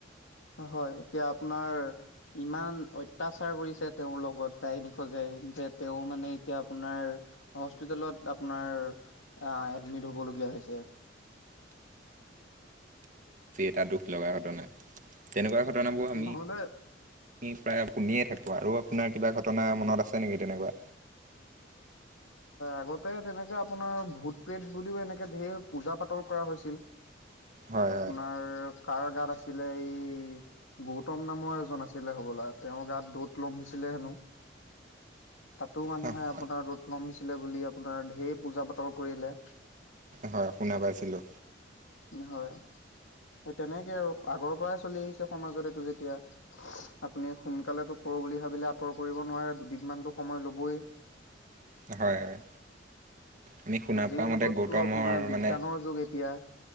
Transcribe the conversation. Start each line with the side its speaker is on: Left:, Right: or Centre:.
Left: হয় এতিয়া আপোনাৰ ইমান অত্যাচাৰ কৰিছে তেওঁৰ লগত ডাইনী সজাই যে তেঁও মানে এতিয়া আপোনাৰ হস্পিটেলত আপোনাৰ এডমিত হব লগীয়া হৈছে
Right: টা দুখ লগা ঘটনা তেনেকুৱা ঘটনাবোৰ আমি
Left: নহ'লে
Right: আমি প্ৰায় শুনিয়েই থাকো আৰু আপোনাৰ কিবা ঘটনা মনত আছে নেকি তেনেকুৱা
Left: আগতে তেনেকে আপোনাৰ ভূত প্ৰেত বুলিও এনেকে ধেৰ পূজা পাতল কৰা হৈছিল
Right: হয়
Left: আপোনাৰ তাৰ গাত আছিলে এই গৌতম নামৰ এজন আছিলে হবলা তেওঁৰ গাত দৌত লমভিছিলে হেনো তাতো মানুহে
Right: হয়
Left: আপোনাৰ ৰ'দ লমভিছিলে বুলি আপোনাৰ ধেৰ পূজা পাতল কৰিলে
Right: হয় শুনা পাইছিলো
Left: হয় সেই তেনেকে আৰু আগৰ পৰাই চলি আহিছে সমাজত এইটো যেতিয়া আপুনি সোনকালেটো কৰো বুলি ভাবিলে আঁতৰ কৰিব নোৱাৰে দুদিন মানতো সময় ল'বই
Right: হয়, হয়। আমি শুনা
Left: আজিৰ
Right: পোৱা
Left: যুগতটো
Right: মতে গৌতমৰ
Left: আপোনাৰ বিজ্ঞানৰ
Right: মানে
Left: যুগ এতিয়া।